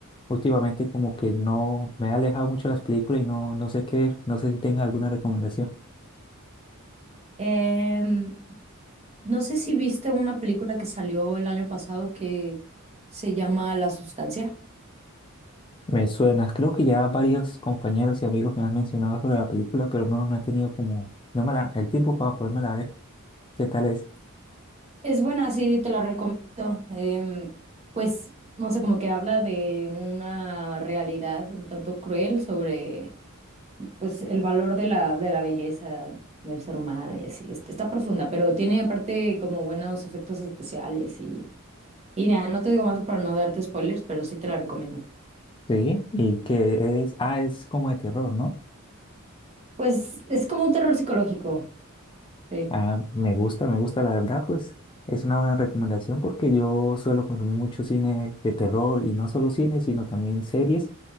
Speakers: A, on the left; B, on the right.
A: últimamente como que no me he alejado mucho de las películas y no, no sé qué ver, no sé si tenga alguna recomendación.
B: Em, no sé si viste una película que salió el año pasado que se llama La Sustancia.
A: Me suena, creo que ya varios compañeros y amigos me han mencionado sobre la película, pero no, no he tenido como, no me la, el tiempo para podérmela ver. ¿Qué tal es?
B: Es buena, sí, te la recomiendo. Em, pues, no sé, como que habla de una realidad un tanto cruel sobre, pues, el valor de la, de la belleza del ser humano y así. Este, Está profunda, pero tiene aparte como buenos efectos especiales Y ya, no te digo más para no darte spoilers, pero sí te la recomiendo.
A: Sí, y que es, ah, es como de terror, ¿no?
B: Pues es como un terror psicológico. Sí.
A: Ah, me gusta, me gusta, la verdad, pues es una buena recomendación porque yo suelo consumir mucho cine de terror y no solo cine, sino también series